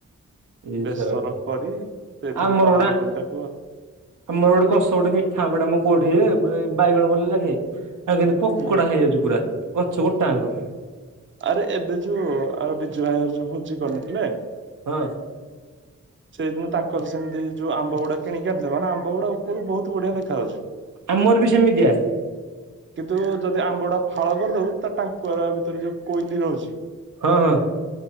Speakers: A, on the right; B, on the right.
A: ଭୀମ୍
B: ବେସର
A: ସରା
B: କରି ସେଇଥିରୁ
A: ଆମରଡା
B: ବାହାର କରି ତାକୁ
A: ଆମର ଗୋଟେ କଷ ଗୋଟେ ମିଠା ଆମ୍ବ ଟା ନା କୁହ ଟିକେ ବାଇଗଣ ପୋଲେଇ ନାକି! ଆଉ କିନ୍ତୁ
B: ହୁଁ
A: ପକୋଡା ହେଇଯାଉଛି ପୁରା ଗଛ ଗୋଟାଙ୍କ।
B: ଆରେ ଏବେ ଯୋଉ ଆ ବିଜୁ ଭାଇର ଯୋଉ ଭୋଜି କରିନଥିଲେ
A: ହଁ।
B: ସେଇଦିନ ତାଙ୍କର ସେମିତି ଯୋଉ ଆମ୍ବ ଗୁଡା କିଣିକି ଆଣିଥିଲେ ନା ମାନେ ଆମ୍ବ ଗୁଡା ଉପରୁ ବହୁତ ବଢିଆ ଦେଖା ଯାଉଚି।
A: ଆମର ବି ସେମିତିଆ।
B: କିନ୍ତୁ ଯଦି ଆମ୍ବ ଟାକୁ ଫାଳ କରିଦବୁ ତା ଟାଙ୍କୁଆର ଭିତରେ ଯୋଉ କୋଇଲି ରହୁଚି
A: ହଁ ହଁ